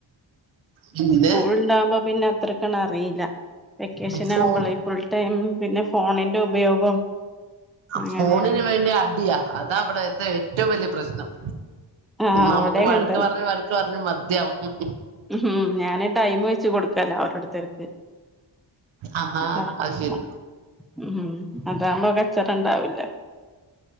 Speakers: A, on the right; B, in the centre.
A: പിന്നെ
B: സ്കൂള്ണ്ടാവുമ്പോ പിന്നെ അത്രക്കണ് അറീല്ല വെക്കേഷനാവുമ്പോളേ
A: ഫോ
B: ഫുൾ ടൈം പിന്നെ ഫോണിന്റെ ഉപയോഗം അങ്ങനെയാണ്
A: ഫോണിന് വേണ്ടി അടിയാ അതാ ഇവിടെത്തെ ഏറ്റവും വലിയ പ്രശ്നം
B: ആ
A: നമുക്ക്
B: അവിടെ അങ്ങനെ
A: വഴക്ക്
B: തന്നെ
A: പറഞ് വഴക്ക് പറഞ്ഞ് മദ്യയാവും
B: ഉം ഞാന് ടൈം വെച്ച് കൊടുക്കലാ ഓരോരുത്തർക്ക്
A: ആഹാ
B: <unintelligible>
A: അത് ശരി
B: ഉ അതാകുമ്പോ കച്ചറ ഉണ്ടാവൂല്ല <unintelligible>